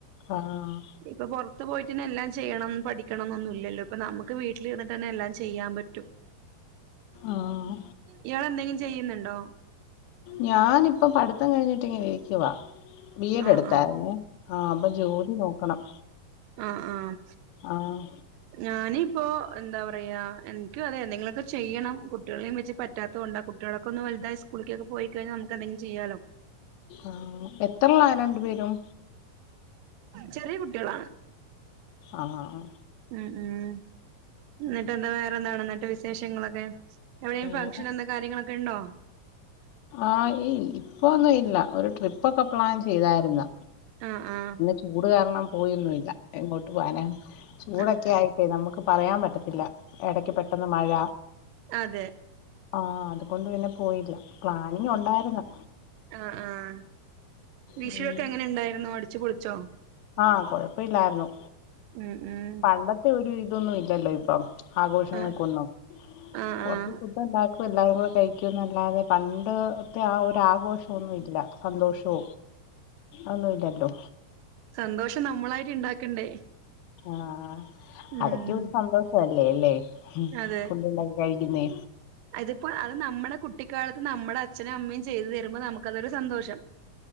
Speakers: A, on the left; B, on the right.
A: ആഹ്
B: ഇപ്പൊ പുറത്ത് പോയിട്ടന്നെ എല്ലാം ചെയ്യണം പഠിക്കണംഎന്നൊന്നുമില്ലല്ലോ ഇപ്പൊ നമുക് ക്ക് വീട്ടിലിരുന്നിട്ട് തന്നെ എല്ലാം ചെയ്യാൻ പറ്റും
A: ആഹ്
B: ഇയാള് എന്തെങ്കിലും ചെയ്യുന്നുണ്ടോ
A: ഞാനിപ്പ പഠിത്തം കഴിഞ്ഞിട്ടിങ്ങനെ ഇരിക്കുവ ബി എഡ്
B: ആഹ്
A: എടുത്തായിരുന്നേ
B: ആഹ്
A: ആഹ് അപ്പൊ ജോലി നോക്കണം
B: ആഹ് ആഹ്
A: ആഹ്
B: ഞാനിപ്പോ എന്താ പറയാ എനിക്കും അതെ എന്തെങ്കിലുമൊക്കെ ചെയ്യണം കുട്ടികളെയും വെച്ച് പറ്റാത്ത കൊണ്ട കുട്ടികളൊക്കെ ഒന്ന് വലുതായി സ്കൂളിലേക്ക് പോയി കഴിഞ്ഞാൽ നമുക്ക് എന്തെങ്കിലും ചെയ്യാലോ
A: ആഹ് എത്രളാ രണ്ടു പേരും
B: ചെറിയ കുട്ടികളാണ്
A: ആഹ് ആഹ് ആഹ്
B: ഉം ഉം എന്നിട്ട് എന്താ വേറെന്താണ് ഇന്നത്തെ വിശേഷങ്ങളൊക്കെ എവിടെേയും
A: വേറെ
B: ഫംഗങ്ഷൻ എന്ത കാര്യങ്ങളൊക്കെ ഇണ്ടോ
A: ആഹ് ഈ ഇപ്പൊന്നും ഇല്ല ഒരു ട്രിപ്പ ഒക്കെ പ്ലാൻ ചെയ്താരുന്നു
B: ആഹ് ആഹ്
A: ചൂട് കാരണം പോയൊന്നും ഇല്ല എങ്ങോട്ട് പോന ചൂടൊക്കെ
B: ആഹ്
A: ആയിട്ടേ നമുക്ക് പറയാൻ പറ്റത്തില്ല ഇടക്ക് പെട്ടെന്ന് മഴ
B: അതെ
A: ആഹ് അതുകൊണ്ട് പിന്നെ പോയില്ല പ്ലാനിങ് ഒണ്ടാരുന്ന്
B: ആഹ് ആഹ് വിഷുവൊക്കെ
A: ഉം
B: എങ്ങനെ ഉണ്ടായിരുന്നു അടിച്ചു പൊളിച്ചോ
A: ആഹ് കൊഴപ്പ ഇല്ലാരുന്നു
B: ഉം ഉം
A: പണ്ടത്തെ ഒരു ഇതൊന്നും ഇല്ലല്ലോ ഇപ്പം ആഘോഷങ്ങക്കൊന്നും
B: ആഹ് ആഹ്
A: കുറച്ച്
B: ആഹ്
A: ഫുഡണ്ടാ ക്കും എല്ലാരും കൂടെ കഴിക്കെന്നല്ലാതെ പണ്ട്ത്തെ ആ ഒരു ആഘോഷോ ഒന്നു ഇല്ല സന്തോഷോ ഒന്നും ഇല്ലല്ലോ
B: സന്തോഷം നമ്മളായിട്ട് ഇണ്ടാക്കണ്ടേ
A: ആഹ്
B: ഉം
A: അതൊക്കെ ഒരു സന്തോഷ അല്ലേ അല്ലേ
B: അതെ
A: ഫുഡുണ്ടാക്കി കഴിക്കുന്നേ
B: അതിപ്പോ അത് നമ്മുടെ കുട്ടിക്കാലത്ത് നമ്മുടെ അച്ഛനും അമ്മയും ചെയ്തു തരുമ്പോ നമുക്കതൊരു സന്തോഷം